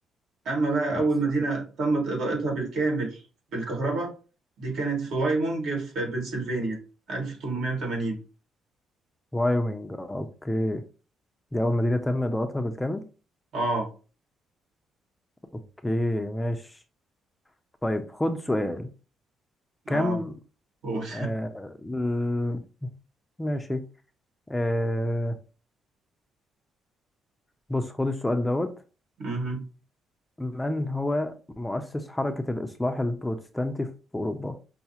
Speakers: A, on the right (about 65°); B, on the left (about 15°).
A: أما بقى
B: بس
A: أول مدينة تمت إضاءتها بالكامل بالكهرباء دي كانت في وايمونج في بنسلفانيا 1880
B: وايومينج اوكي دي أول مدينة تم إضاءتها بالكامل
A: آه
B: اوكي ماشي طيب خد سؤال كم
A: آه قول
B: آه ال- ماشي آه بص خد السؤال دوت
A: <laughs> مهم.
B: من هو مؤسس حركة الإصلاح البروتستانتي في أوروبا